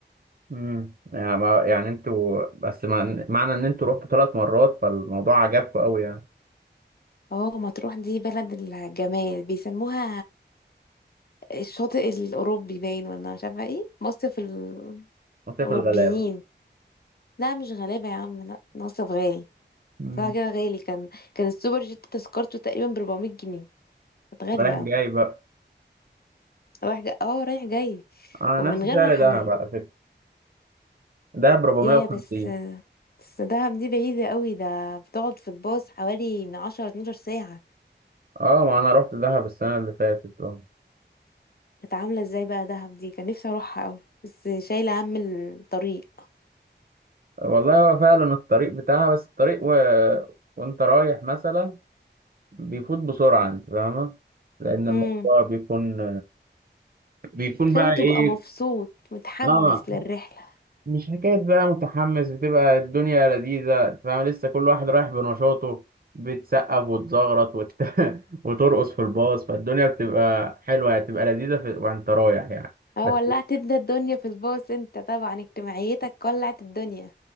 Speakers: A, on the right; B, on the left.
A: مم. يعني ما- يعني انتوا بس مع- معنى ان انتوا رحتوا ثلاث مرات فالموضوع عجبكم قوي يعني
B: اه مطروح دي بلد الجمال بيسموها الشاطئ الأوروبي باين ولا مش عارفة ايه مصيف ال-
A: مصيف
B: الأوروبيين
A: الغلابة
B: لا مش غلابة يا عم لا مصيف غالي
A: مم.
B: صراحة كده غالي كان كان السوبر جيت تذكرته تقريبا ب 400 جنيه كانت غالية
A: رايح جاي
B: اوي
A: بقى
B: رايح جاي اه رايح جاي
A: اه
B: ومن
A: نفس
B: غير
A: سعر
B: رحلات
A: دهب على فكرة دهب 450
B: يا بس بس دهب دي بعيدة قوي ده بتقعد في الباص حوالي من 10 12 ساعة
A: اه ما انا رحت دهب السنة اللي فاتت آه.
B: كانت عاملة ازاي بقى دهب دي كان نفسي اروحها قوي بس شايلة هم الطريق
A: والله هو فعلا الطريق بتاعها بس الطريق و... وانت رايح مثلا بيفوت بسرعة انت فاهمة لأن الموضوع
B: امم
A: بيكون بيكون
B: كان
A: بقى
B: بتبقى
A: ايه
B: مبسوط متحمس
A: اه
B: للرحلة
A: مش حكاية بقى متحمس بتبقى الدنيا لذيذة أنت فاهمة لسه كل واحد رايح بنشاطه بتسقف وتزغرط وت... <laughs> وترقص في الباص فالدنيا بتبقى حلوة يعني، بتبقى لذيذة في... وانت رايح يعني
B: اه
A: بس
B: ولعت انت الدنيا في الباص انت طبعا اجتماعيتك ولعت الدنيا